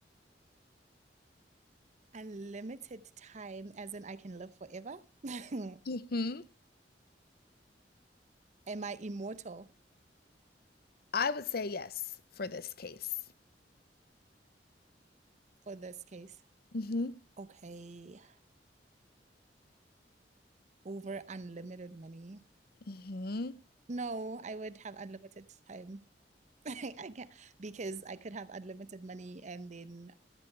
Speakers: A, on the right (about 40°); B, on the left (about 60°).
A: Unlimited time, as in I can live forever. <laughs>
B: hmm
A: Am I immortal
B: I would say yes for this case.
A: for this case?
B: hmm
A: Okay. Over unlimited money.
B: hmm
A: No, I would have unlimited time. <laughs> I can't because I could have unlimited money and then